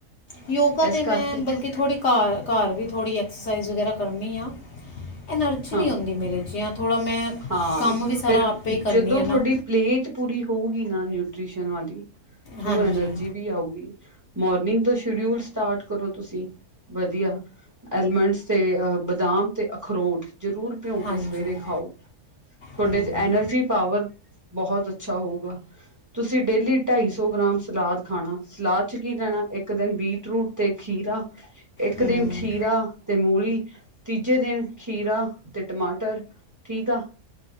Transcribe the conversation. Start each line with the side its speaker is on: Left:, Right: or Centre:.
Left: ਯੋਗਾ
Right: ਇਸ
Left: ਤਾਂ
Right: ਕਰਕੇ
Left: ਮੈਂ ਬਲਕਿ ਥੋੜੀ ਘਰ- ਘਰ ਵੀ ਥੋੜੀ ਐਕਸਾਸਾਈਜ਼ ਵਗ਼ੈਰਾ ਕਰਨੀ ਆ। ਐਨਾਰਜੀ
Right: ਹਮ
Left: ਨੀਂ ਆਉਂਦੀ ਮੇਰੇ ਚ, ਜਾ ਥੋੜਾ ਮੈਂ
Right: ਹਾਂ
Left: ਕੰਮ ਵੀ ਸਾਰਾ
Right: ਫਿਰ
Left: ਆਪੇ ਹੀ ਕਰਨੀ
Right: ਜਦੋਂ
Left: ਆ ਨਾ।
Right: ਤੁਹਾਡੀ ਪਲੇਟ ਪੂਰੀ ਹੋਊਗੀ ਨਾ ਨਿਊਟ੍ਰੀਸ਼ਨ ਵਾਲੀ, ਥੁਹਾਨੂੰ
Left: ਹਾਂਜੀ
Right: ਐਨਰਜੀ ਵੀ ਆਊਗੀ। ਮੋਰਨਿੰਗ ਤੋਂ, ਸ਼ਡਿਊਲ ਸਟਾਰਟ ਕਰੋ ਤੁਸੀਂ ਵਧੀਆ। ਐਲਮੰਡਸ ਤੇ ਅਹ ਬਦਾਮ ਤੇ, ਅਖਰੋਟ ਜ਼ਰੂਰ ਭਿਉਂ
Left: ਹਾਂਜੀ
Right: ਕੇ ਸਵੇਰੇ ਖਾਓ। ਤੁਹਾਡੇ
Left: ਹੂੰ
Right: ਚ ਐਨਰਜੀ ਪਾਵਰ ਬਹੁਤ ਅੱਛਾ ਹੋਊਗਾ। ਤੁਸੀਂ ਡੇਲੀ ਢਾਈਸੌ ਗ੍ਰਾਮ ਸਲਾਦ ਖਾਣਾ, ਸਲਾਦ ਚ ਕੀ ਲੈਣਾ ਇੱਕ ਦਿਨ ਬੀਟ ਰੂਟ ਤੇ ਖੀਰਾ, ਇੱਕ
Left: ਹੂੰ
Right: ਦਿਨ ਖੀਰਾ ਤੇ ਮੂਲੀ, ਤੀਜੇ ਦਿਨ ਖੀਰਾ ਤੇ ਟਮਾਟਰ ਠੀਕ ਆ।